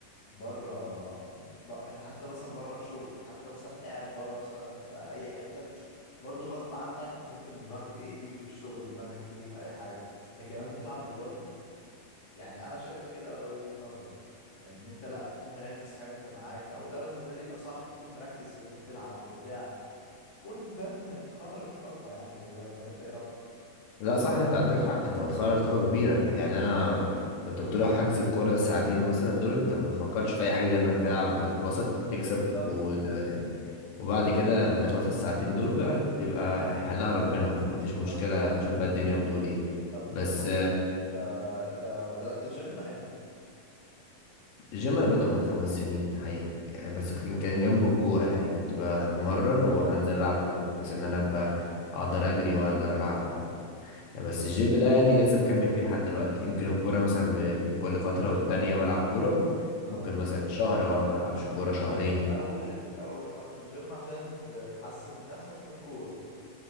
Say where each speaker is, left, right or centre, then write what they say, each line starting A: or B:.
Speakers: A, on the left; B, on the left.
A: بره ب... انت حتى مثلا بره الشغل حتى مثلا قاعد بره مثلا في اي حته برضو غصب عنك ممكن دماغك ايه تيجي في الشغل دماغك تيجي في اي حاجه لكن لو انت بتلعب رياضه يعني انا شايف كده وده وجهة نظري ان انت لا بتكون مركز في حاجه انت معاك او ده بالنسبه لي الاصح تكون مركز وانت بتلعب بتاع تكون فاهم تخرج طاقه يعني جواك ولا انت ايه رايك
B: لا صح انت عندك حق انت بتخرج طاقة كبيرة يعني انا كنت بتروح حجز الكورة ده ساعتين مثلا دول انت ما بتفكرش في اي حاجة غير انك تلعب وتتبسط تكسب
A: بالظبط
B: و... وبعد كده لما بيخلص الساعتين دول بقى بيبقى هيحلها ربنا مفيش
A: بالظبط
B: مشكلة تشوف بقى الدنيا بتقول ايه
A: طب قول
B: بس
A: لي، آه، انت بدأت الجيم امتى
B: الجيم انا بادئه من خمس سنين حقيقة يعني بس كان كان جنب الكورة يعني كنت بتمرن وانزل العب كورة بحيث ان انا ابقى اقدر اجري واقدر العب و...
A: مم.
B: يعني بس الجيم ده يعني لسه مكمل فيه لحد دلوقتي يمكن الكورة مثلا ب- بين كل فترة والتانية بلعب كورة
A: اه
B: ممكن مثلا شهر واقعد ما العبش كورة شهرين
A: الاول انت في الاول دخلت الجيم عشان ت- تحسن نفسك في الكوره